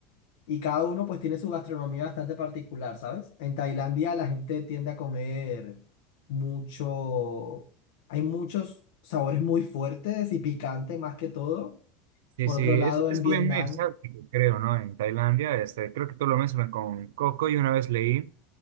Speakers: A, on the left (about 80°); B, on the right (about 85°).
A: Y cada uno pues tiene su gastronomía bastante particular, ¿sabes? En Tailandia la gente tiende a comer mucho, hay muchos sabores muy fuertes y picantes más que todo.
B: Sí,
A: Por
B: sí,
A: otro
B: es,
A: lado,
B: es
A: en
B: como
A: Vietnam,
B: bien muy exótico, creo, ¿no? En Tailandia, este, creo que tú lo mencionas con coco y una vez leí